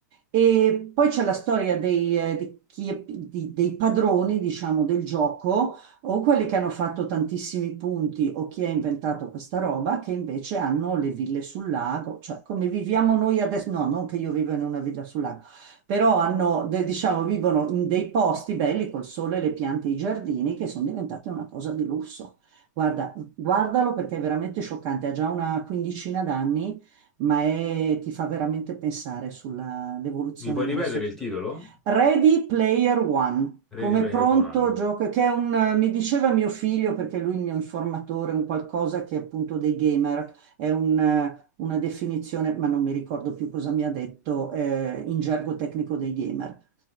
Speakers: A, on the right (about 35°); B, in the centre.
A: E poi c'è la storia dei, eh, di chi- di- dei padroni, diciamo, del gioco, o quelli che hanno fatto tantissimi punti, o chi ha inventato questa roba, che invece hanno le ville sul lago, cioè come viviamo noi adesso, no, non che io vivo in una villa sul lago, però hanno, de- diciamo, vivono in dei posti belli col sole, le piante e i giardini, che sono diventati una cosa di lusso. Guarda, guardalo perché è veramente scioccante, ha già una quindicina d'anni, ma è- ti fa veramente pensare sull'evoluzione
B: Mi puoi
A: della
B: ripetere
A: società.
B: il titolo?
A: Ready Player One,
B: Ready
A: come
B: Player
A: pronto
B: One.
A: gioco, che è un, mi diceva mio figlio, perché lui è il mio informatore, un qualcosa che è appunto dei gamer, è un- eh, una definizione, ma non mi ricordo più cosa mi ha detto, eh, in gergo tecnico dei gamer.